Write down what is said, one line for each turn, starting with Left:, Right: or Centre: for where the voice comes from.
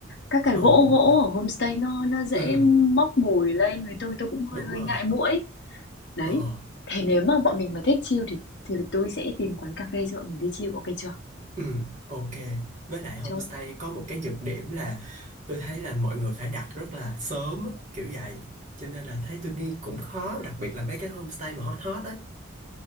Left: Các cái
Right: ừ
Left: gỗ
Right: đúng
Left: gỗ
Right: rồi
Left: ở homestay nó nó dễ
Right: ừ
Left: móc mùi lên với tôi tôi cũng hơi
Right: đúng
Left: hơi
Right: rồi
Left: ngại muỗi. Đấy.
Right: ờ
Left: Thế nếu mà bọn mình mà thích chill thì thì tôi sẽ tìm quán cà phê cho bọn mình đi chill, ok chưa?
Right: Ừ, ok. Với lại homestay
Left: Chốt.
Right: có một cái nhược điểm là tôi thấy là mọi người phải đặt rất là sớm á, kiểu vậy. Cho nên là thấy tôi nghĩ cũng khó, đặc biệt là mấy cái homestay mà hot hot đấy.